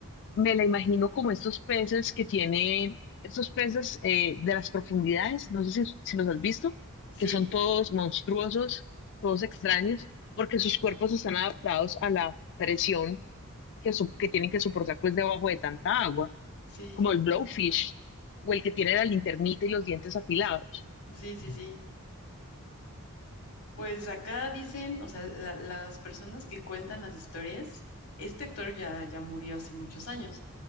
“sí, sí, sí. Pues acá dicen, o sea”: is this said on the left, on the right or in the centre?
Left